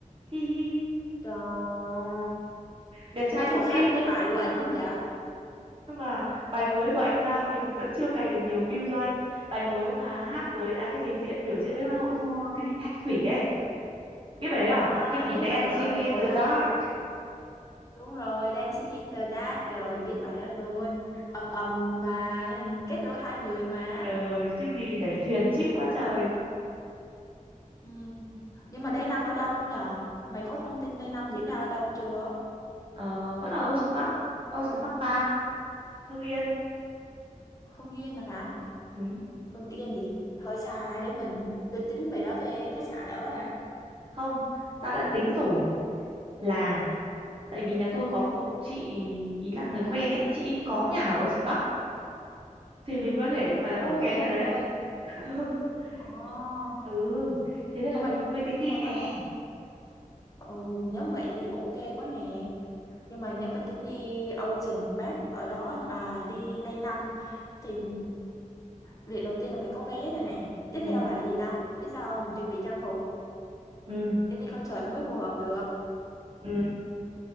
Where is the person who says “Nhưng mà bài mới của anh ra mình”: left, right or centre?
Right